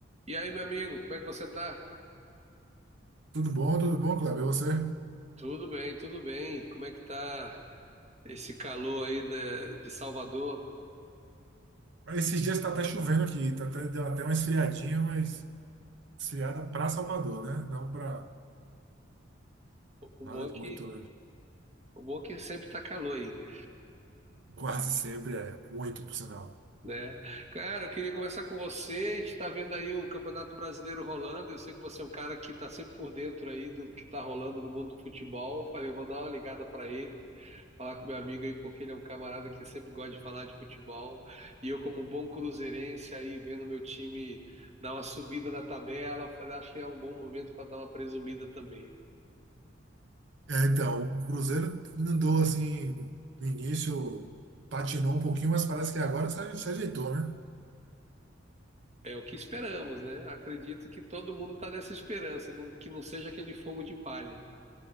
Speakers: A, on the right; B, on the right.
A: E aí, meu amigo, como é que você tá?
B: Tudo bom, tudo bom, Cláudio? E você?
A: Tudo bem, tudo bem. Como é que tá esse calor aí de, de Salvador?
B: Esses dias está até chovendo aqui, tá até, deu até uma esfriadinha, mas esfriada para Salvador, né? Não para
A: O o
B: nada
A: bom é
B: de
A: que,
B: muito,
A: o bom é que sempre tá calor aí,
B: quase sempre é muito, por sinal.
A: né? Cara, eu queria conversar com você. A gente tá vendo aí o Campeonato Brasileiro rolando. Eu sei que você é um cara que tá sempre por dentro aí do que tá rolando no mundo do futebol. Eu falei, eu vou dar uma ligada pra ele, falar com meu amigo aí, porque ele é um camarada que sempre gosta de falar de futebol. E eu, como bom cruzeirense, aí vendo meu time dar uma subida na tabela, eu falei, acho que é um bom momento para dar uma presumida também, né?
B: É, então, o Cruzeiro andou assim, no início patinou um pouquinho, mas parece que agora se, se ajeitou, né?
A: É o que esperamos, né? Acredito que todo mundo está nessa esperança, não- que não seja aquele fogo de palha.